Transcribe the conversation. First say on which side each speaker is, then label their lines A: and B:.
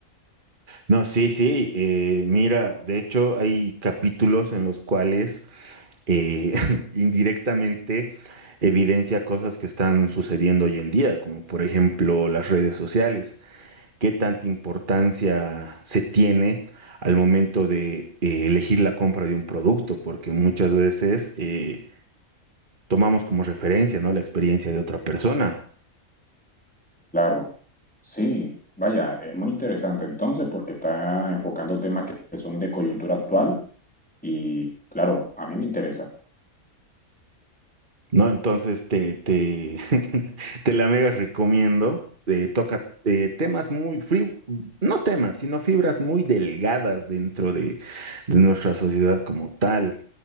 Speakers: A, on the right; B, in the centre.
A: No, sí, sí, eh, mira, de hecho hay capítulos en los cuales eh, <laughs> indirectamente evidencia cosas que están sucediendo hoy en día, como por ejemplo las redes sociales. qué tanta importancia se tiene al momento de eh, elegir la compra de un producto, porque muchas veces eh, tomamos como referencia, ¿no? La experiencia de otra persona,
B: Claro. Sí, vaya, es muy interesante entonces porque está enfocando temas que que son de coyuntura actual y claro, a mí me interesa.
A: ¿no? Entonces te, te, <laughs> te la mega recomiendo. Eh, toca eh, temas muy, fri- no temas, sino fibras muy delgadas dentro de, de nuestra sociedad como tal